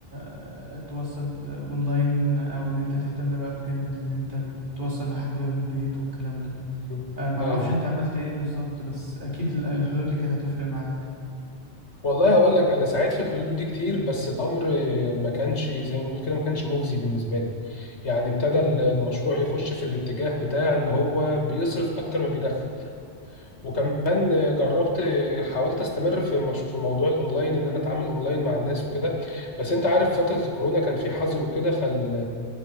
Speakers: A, on the right (about 45°); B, on the left (about 85°).
A: آه، توصل اونلاين او ان انت تهتم بقى بجانب اللي انت بتوصل لحد باب البيت والكلام ده
B: مم.
A: آه، معرفش
B: ايوه
A: انت عملت ايه بالظبط بس اكيد ال- الحلول دي كانت هتفرق معاك
B: والله هقول لك انا سعيت في الحلول دي كتير بس الامر ما كانش زي ما بقول كده ما كانش مجزي بالنسبه لي يعني ابتدى
A: امم
B: المشروع يخش في الاتجاه بتاع ان هو بيصرف اكتر ما بيدخل وكمان جربت حاولت استمر في مش... في موضوع الاونلاين ان انا اتعامل اونلاين مع الناس وكده بس انت عارف فتره الكورونا كان في حظر وكده فال